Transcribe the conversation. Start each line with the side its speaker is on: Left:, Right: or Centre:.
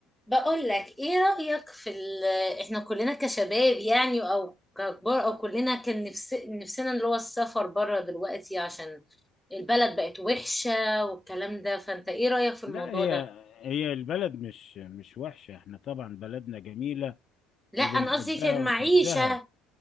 Centre: بقول لك ايه رأيك في ال... آه، احنا كلنا كشباب يعني او ككبار او كلنا كان نفس... نفسنا اللي هو السفر بره دلوقتي عشان البلد بقت وحشة والكلام ده فانت ايه رأيك في الموضوع
Left: لا هي
Centre: ده
Left: هي البلد مش مش وحشة احنا طبعا بلدنا جميلة
Centre: لا
Left: وبنحبها
Centre: انا قصدي في المعيشة
Left: ونعزها